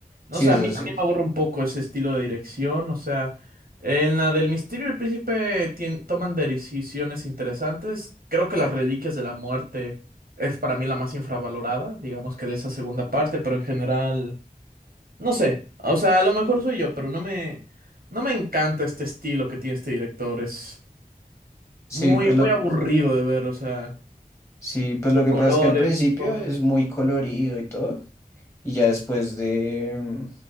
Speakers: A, on the right; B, on the left.
A: No
B: Sí,
A: sé,
B: eso
A: a mí,
B: sí.
A: a mí me aburre un poco ese estilo de dirección. O sea, en la del Misterio del Príncipe tien- toman decisiones interesantes. Creo que las Reliquias de la Muerte es para mí la más infravalorada, digamos que de esa segunda parte, pero en general, no sé. O sea, a lo mejor soy yo, pero no me, no me encanta este estilo que tiene este director. Es
B: Sí,
A: muy,
B: pues
A: muy
B: lo,
A: aburrido de ver, o sea,
B: sí, pues lo
A: los
B: que
A: colores,
B: pasa es que al principio
A: los tonos.
B: es muy colorido y todo, y ya después de, mm,